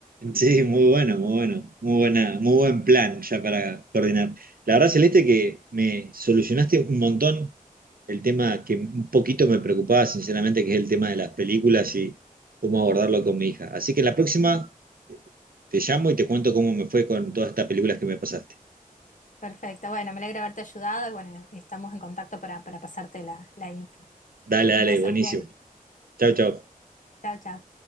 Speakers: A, on the right; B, on the left.
A: Sí, muy bueno, muy bueno, muy buena, muy buen plan ya para coordinar. La verdad, Celeste, que me solucionaste un montón el tema que un poquito me preocupaba, sinceramente, que es el tema de las películas y cómo abordarlo con mi hija. Así que la próxima eh, te llamo y te cuento cómo me fue con todas estas películas que me pasaste.
B: Perfecto, bueno, me alegra haberte ayudado y bueno, estamos en contacto para, para pasarte la, la info.
A: Dale, dale,
B: Un beso,
A: buenísimo.
B: Miguel.
A: Chau, chau.
B: Chao, chao.